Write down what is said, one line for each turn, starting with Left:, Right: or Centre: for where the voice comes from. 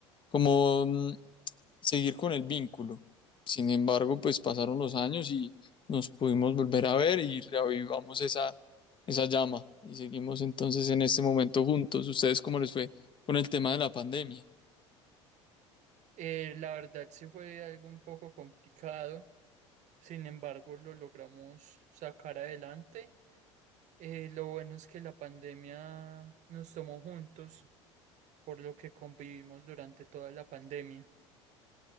Left: como mm, seguir con el vínculo. Sin embargo, pues pasaron los años y nos pudimos volver a ver y reavivamos esa, esa llama y seguimos entonces en este momento juntos. ¿Ustedes cómo les fue con el tema de la pandemia?
Right: Eh, la verdad sí fue algo un poco complicado. Sin embargo, lo logramos sacar adelante. Eh, lo bueno es que la pandemia nos tomó juntos. por lo que convivimos durante toda la pandemia.